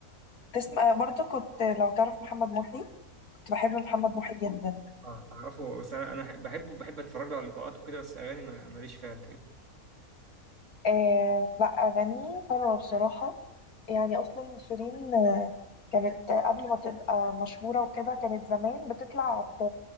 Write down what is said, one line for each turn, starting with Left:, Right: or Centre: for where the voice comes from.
Left: تسمع برضو كنت لو تعرف محمد محي كنت بحب محمد محي جدا
Right: اعرفه بس انا انا بحبه بحب اتفرج له على اللقاءات وكده بس اغاني ما- ماليش فيها قد كده
Left: آه لا أغانيه حلوة بصراحة يعني أصلا شيرين كانت قبل ما تبقى مشهورة وكده كانت زمان بتطلع ت-